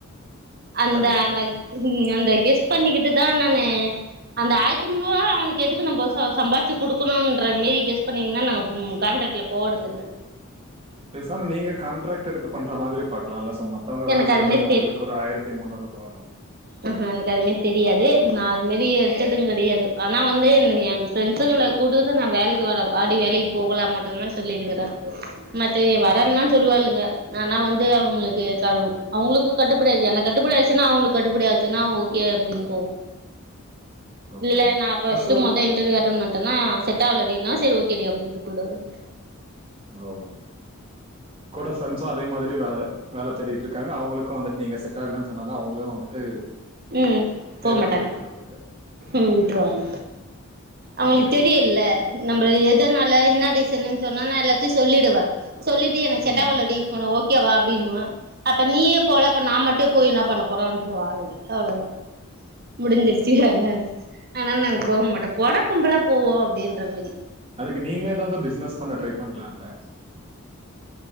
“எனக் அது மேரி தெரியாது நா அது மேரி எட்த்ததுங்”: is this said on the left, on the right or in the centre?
Right